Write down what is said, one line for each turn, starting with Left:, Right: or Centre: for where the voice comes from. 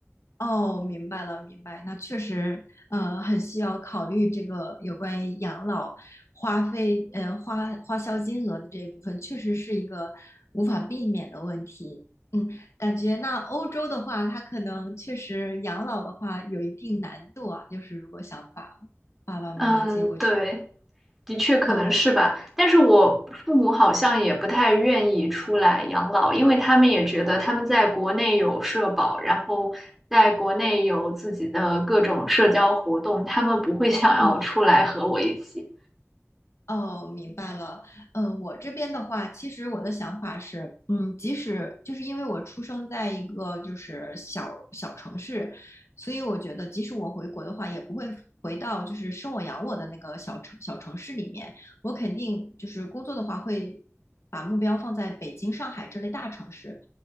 Left: 哦，明白了，明白。那确实，呃，很需要考虑这个有关于养老花费，呃，花花销金额的这一部分，确实是一个无法避免的问题。嗯，感觉那欧洲的话，它可能确实养老的话有一定难度啊，就是如果想把爸爸妈妈接过去，
Centre: <laughs> 嗯，对，的确可能是吧，
Left: 哦，
Centre: 但是我父母好像也不太愿意出来养老，因为他们也觉得他们在国内有社保，然后在国内有自己的各种社交活动，他们不会想要出来和我一起。
Left: 嗯。哦，明白了。嗯，我这边的话，其实我的想法是，嗯，即使就是因为我出生在一个就是小小城市，所以我觉得即使我回国的话，也不会回到就是生我养我的那个小城小城市里面。我肯定就是工作的话，会把目标放在北京、上海这类大城市。